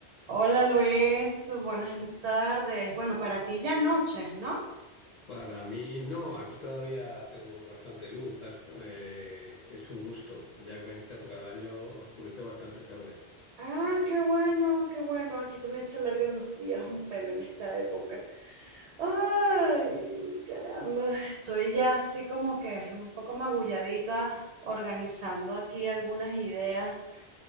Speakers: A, on the right; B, on the left.
A: Hola Luis, buenas tardes. Bueno, para ti ya noches, ¿no?
B: Para mí, no, aquí todavía tenemos bastante luz. hasta- eh, es un gusto, ya que en esta época del año oscurece bastante tarde.
A: Ah, qué bueno, qué bueno. Aquí también se alargan los días un pelo en esta época. Ay, caramba, estoy ya así como que un poco magulladita organizando aquí algunas ideas